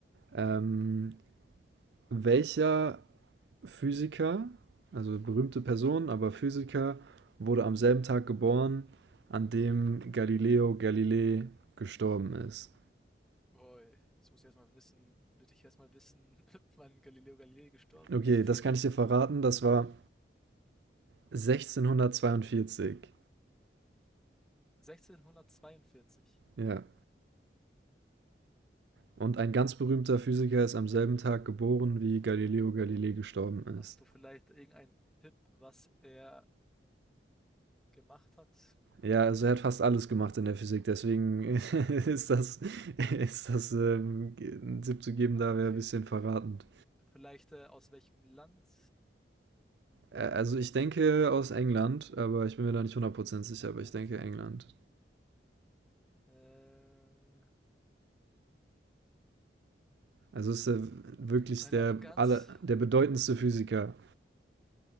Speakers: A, on the right; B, in the centre.
A: Ähm, welcher Physiker, also berühmte Person, aber Physiker, wurde am selben Tag geboren, an dem Galileo Galilei gestorben ist?
B: Boy, jetzt muss ich erstmal wissen, würde ich erstmal wissen, <laughs> wann Galileo Galilei gestorben
A: Okay,
B: ist.
A: das kann ich dir verraten, das war 1642.
B: <laughs> 1642.
A: Ja, Und ein
B: Oh,
A: ganz berühmter Physiker ist am selben Tag geboren, wie Galileo
B: oh.
A: Galilei gestorben
B: Hast
A: ist.
B: du vielleicht irgendeinen Tipp, was er gemacht hat.
A: Ja, also er hat fast alles gemacht in der Physik, deswegen <laughs> ist das, ist das ähm, einen Tipp zu geben,
B: Okay,
A: da wäre ein bisschen
B: okay.
A: verratend.
B: Vielleicht äh, aus welchem Land?
A: Äh, also ich denke aus England, aber ich bin mir da nicht 100% sicher,
B: England.
A: aber ich denke England.
B: Äh,
A: Also ist er wirklich
B: eine
A: der,
B: ganz,
A: aller, der bedeutendste Physiker?